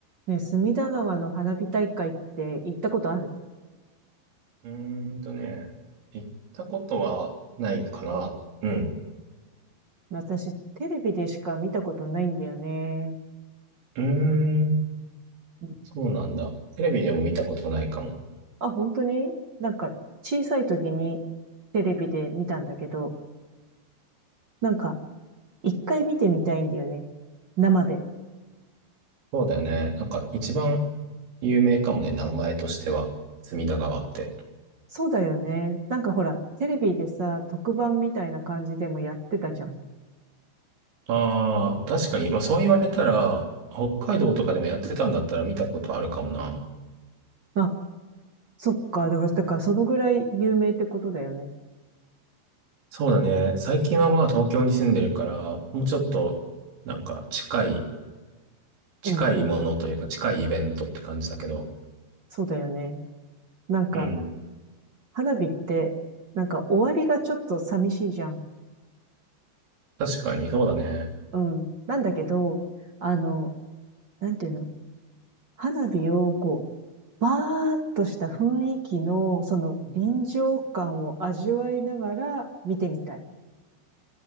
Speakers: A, on the right (about 45°); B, on the right (about 70°).
A: ね、隅田川の花火大会って行ったことある
B: うーんとね、行ったことはないかな。うん。
A: 私、テレビでしか見たことないんだよね。
B: うーん、
A: うん
B: そうなんだ。テレビでも見たことないかも。
A: あ、本当になんか、小さい時にテレビで見たんだけど、なんか、一回見てみたいんだよね。生で。
B: そうだよね。なんか一番有名かもね、名前としては、隅田川って。
A: そうだよね。なんかほら、テレビでさ、特番みたいな感じでもやってたじゃん。
B: ああ、確かに。まあそう言われたら、北海道とかでもやってたんだったら見たことあるかもな。
A: あ、そっか。だから、だからそのぐらい有名ってことだよね。
B: そうだね。最近はまあ東京に住んでるから、もうちょっと、なんか近い、近いものというか近いイベントって感じだけど、
A: うんうん。そうだよね。なんか、
B: うん。
A: 花火って、なんか終わりがちょっと寂しいじゃん。
B: 確かにそうだね。
A: うん。なんだけど、あの、なんていうの、花火をこう、バーっとした雰囲気の、その臨場感を味わいながら見てみたい。